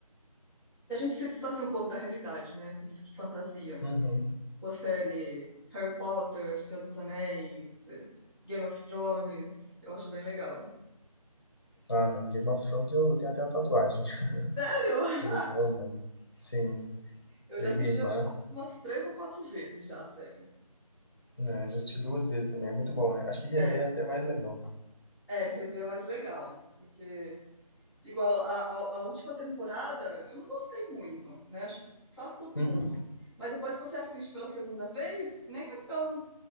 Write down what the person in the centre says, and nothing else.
que a gente se distancia um pouco da realidade, né? Aqueles de fantasia.
Tipo a série Harry Potter, Senhor dos Anéis, eh, Game of Thrones. Eu acho bem legal.
Sério?
<laughs>
Eu
já assisti
acho que umas três ou quatro vezes já a série.
É,
é, rever é mais legal. Porque Igual a, a, a última temporada, eu não gostei muito, né? Acho que faz todo
mundo. Mas depois que você assiste pela segunda vez, nem é tão